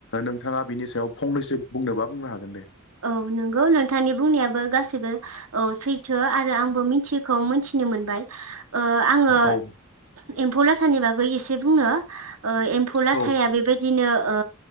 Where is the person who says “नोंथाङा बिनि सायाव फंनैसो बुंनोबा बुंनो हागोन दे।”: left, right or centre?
Left